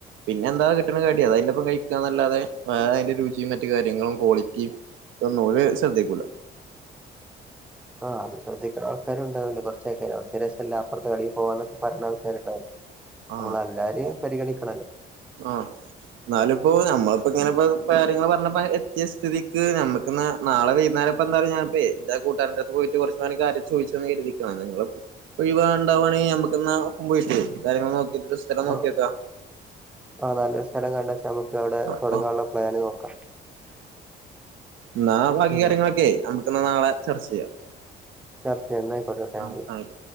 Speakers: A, on the right; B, in the centre.
A: പിന്നെ എന്താ കിട്ടണ കടിയ അത് അയിന്റെപ്പം കഴിക്കാന്നല്ലാതെ <unintelligible> അതിന്റെ രുചിയും മറ്റു കാര്യങ്ങളും ക്വാളിറ്റിയും ഇതൊന്നും ഒരേ ശ്രദ്ധിക്കുല.
B: ആഹ് അത് ശ്രദ്ധിക്കണ ആൾക്കാരെണ്ടാവുല്ലോ കുറച്ചായി കഴിഞ്ഞ അവിടെത്തെ രസല്ല അപ്പുറത്തെ കടയിൽ പോവാന്നൊക്കെ പറയാനാ ആൾ. <unintelligible> നമ്മള
A: ആഹ്
B: എല്ലാരെയും പരിഗണിക്കണല്ലോ.
A: ആഹ് എന്നാലിപ്പോ നമ്മ ഇപ്പൊ ഇങ്ങനെപ്പോ കാര്യങ്ങള് പറഞ്ഞപ്പ എത്തിയ സഥിതിക്ക് നമ്മുക്ക് നാ നാളെ വൈകുന്നേപ്പ എന്താ പറ ഞാനപ്പ എ കൂട്ടാരന്റെ അടുത്ത് പോയിട്ട് കൊറച്ച് <unintelligible> ചോയിച്ചുന്ന് കരുതിക്കോ നിങ്ങള് ഒഴിവാണ്ടാവാണേ ഞമ്മക്കെന്ന ഒപ്പ കാര്യങ്ങള് നോക്കിട്ടൊരു സ്ഥലം
B: ആ
A: നോക്കിയക്കാ
B: ആ നല്ലൊരു സ്ഥലം കണ്ട്ച്ചാ നമുക്ക് അവിടെ
A: ആഹ്
B: തൊടങ്ങാനുള്ള പ്ലാന് നോക്കാം
A: ന്നാ ബാക്കി
B: ഉം
A: കാര്യങ്ങളക്കെ നമുക്ക് എന്നാ നാളെ ചർച്ച ചെയ്യാം.
B: ചർച്ച <unintelligible> എന്നായിക്കോട്ടെ ട്ടാങ്ക്യു.
A: ആഹ് ആയിക്കോട്ടെ